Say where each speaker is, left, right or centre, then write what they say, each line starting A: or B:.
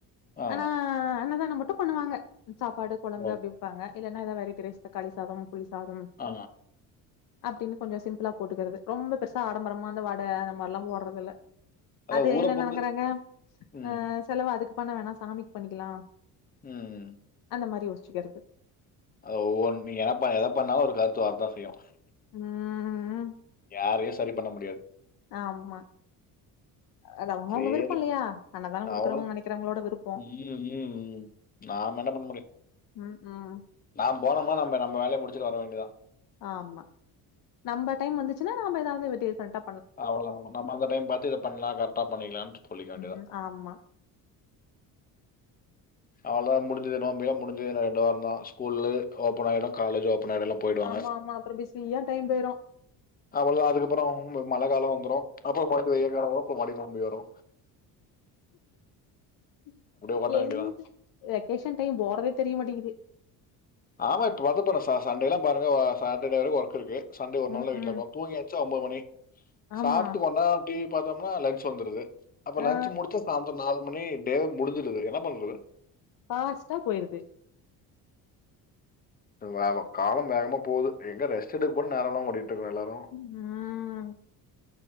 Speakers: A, on the left; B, on the left.
A: ஆ.
B: ஆனா அன்னதான மட் டு‌ பண்ணுவாங்க சாப்பாடு கொழம்பு
A: ஓ!
B: அப்டி விப்பாங்க இல்லனா எதா வெரைட்டி ரைஸ் தக்காளி சாதம் புளி சாதம்
A: ஆ.
B: அப்டின்னு கொஞ்சொ சிம்பிளா போட்டுக்கிறது ரொம்ப பெருசா ஆடம்பரமா அந்த வட அந்த மார்லா போட்றதில்ல
A: அதான்
B: அது
A: ஊர
B: என்ன
A: பொறுத்து
B: நெனங்குறாங்க
A: ம்.
B: அ செலவு அதுக்கு பண்ண வேணா சாமிக்கு பண்ணிக்கலா
A: ம்
B: இந்த மாரி யோச்சிக்கிறது
A: ஓ நீ என்ன பண்ண எத பண்ண ஒரு கருத்து வரதா செய்யு
B: ம்
A: யாரையும் சரி பண்ண முடியாது.
B: ஆமா அத அவங்க
A: சரி.
B: அவங்க விருப்பம் இல்லையா அண்ணதானோ குடுக்குறவங்கு
A: அவ்வளோதான்.
B: நெனைக்கிறவங்களோட விருப்போ
A: ம், ம், ம். நாம என்ன பண்ண முடியும்?
B: ம் ம் ம்
A: நாம் போனோமா நம்ம நம்ம வேலைய முடிச்சிட்டு வர வேண்டியதா
B: ஆமா நம்ம டைம் வந்துச்சுன்னா நாம எதாவது டிசிசண்டா
A: அவளதா நம்ம அந்த டைம் பாத்து இத பண்ணலா கரெக்டா பண்ணிக்கலா சொல்லிக்க வேண்டியதா
B: ம் ஆமா
A: அவள முடிஞ் து நோம்பி எல்லா முடிஞ்சி ரெண்டு வாரோ பா ஸ்கூல் ஓப்பன் ஆயிடும் காலேஜ் ஓப் இப்பன் நெடுல்லா போயிடுவாங்க
B: ஆமா ஆமா அப்புறோ பிஸியா டைம் போயிரு
A: அவளதா அதுக்கப்புறோ மழ காலோ வ அப்புறோ அப்புறோ பாட்டு வெய்ய வரு அப்ப மாரி நோம்பி வரு
B: <inaudible>
A: ஓட்ட
B: எங்
A: வேண்டியதான்
B: வெக்கேஷன் டைம் போறதே தெரிய மாட்டேங்கிது
A: ஆமா இப்ப பத்தப ச ச சண்டேல்லா பாருங்க சாட்டர்டே வரைக்கு ஒர்க் இருக்கு சண்டே ஒரு
B: ம்
A: நாள்ல வீட்ல
B: ம்
A: இருக்கோ தூங்கியாச்ச ஒன்ம்பது மணி
B: ஆமா
A: சாப்பிட்டு கொண்டா டிவி பாத்தம்னா லன்ச் வந்துருது அப்ப
B: ஆ
A: லஞச் முடிச்ச சாயந்தம் நாலு மணி டே முடிஞ்சிருது என்ன பண்றது
B: பாஸ்ட்டா போயிருது
A: ட்டுங்லாலம் காலம் வேகமா போது எங்க ரெஸ்ட் எடு கூட நேரோ இல்லாம ஓடி ட்டுக்க எல்லாரு
B: ம்